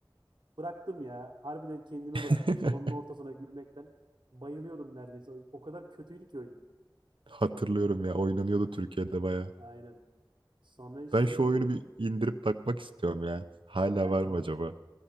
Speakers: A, on the right; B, on the right.
A: bıraktım ya. Harbiden kendimi
B: <laughs>
A: bıraktım salonun ortasına gülmekten. Bayılıyordum neredeyse. O kadar kötüydü ki oyun.
B: Hatırlıyorum ya oynanıyordu Türkiye'de bayağı.
A: Aynen. Sonra işte
B: Ben şu oyunu bir indirip bakmak istiyorum ya. Hala
A: he
B: var
A: tamam.
B: mı acaba?